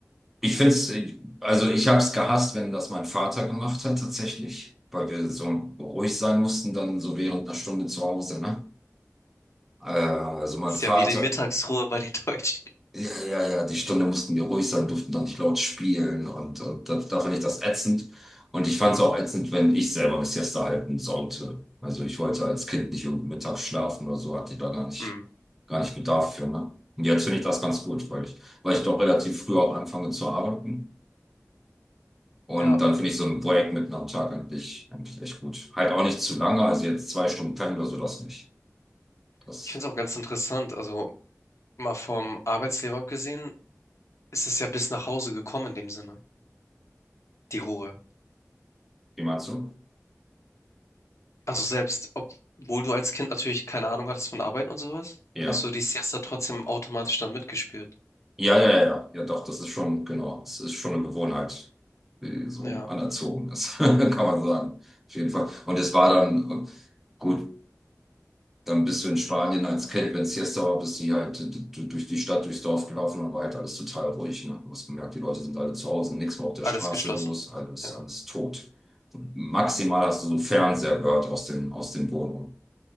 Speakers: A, in the centre; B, on the left.
A: Ich finde es, also ich habe es gehasst, wenn das mein Vater gemacht hat, tatsächlich, weil wir so ruhig sein mussten, dann so während einer Stunde zu Hause, ne? Äh, also mein
B: Ist
A: Vater,
B: ja wie die Mittagsruhe bei den <laughs> Deutschen.
A: ja, ja, ja, die Stunde mussten wir ruhig sein, durften dann nicht laut spielen und, und da, da fand ich das ätzend. Und ich fand es auch ätzend, wenn ich selber eine Siesta halten sollte. Also ich wollte als Kind nicht irgendwie mittags schlafen oder so, hatte ich da gar nicht,
B: Hm.
A: gar nicht Bedarf für, ne? Und jetzt finde ich das ganz gut, weil ich, weil ich doch relativ früh auch anfange zu arbeiten. Und
B: Ja,
A: dann finde ich so ein Projekt mitten am Tag eigentlich, eigentlich echt gut. Halt auch nicht zu lange, also jetzt zwei Stunden pennen oder so, das nicht. Das,
B: ich finde es auch ganz interessant. Also mal vom Arbeitsleben abgesehen, ist es ja bis nach Hause gekommen in dem Sinne, die Ruhe.
A: wie meinst du?
B: Also selbst, obwohl du als Kind natürlich keine Ahnung hattest von Arbeiten und sowas,
A: Ja.
B: hast du die Siesta trotzdem automatisch dann mitgespielt.
A: Ja, ja, ja, ja, ja, doch, das ist schon, genau, es ist schon eine Gewohnheit, die so
B: Ja,
A: anerzogen ist, <laughs> kann man sagen. Auf jeden Fall. Und es war dann, äh, gut, dann bist du in Spanien als Kind, wenn es Siesta war, bist du halt d- d- durch die Stadt, durchs Dorf gelaufen und war halt alles total ruhig. Ne? Du hast gemerkt, die Leute sind alle zu Hause, nichts mehr auf der
B: alles
A: Straße
B: geschlossen.
A: los, alles,
B: Ja,
A: alles tot. Und maximal hast du so einen Fernseher gehört aus den, aus den Wohnungen.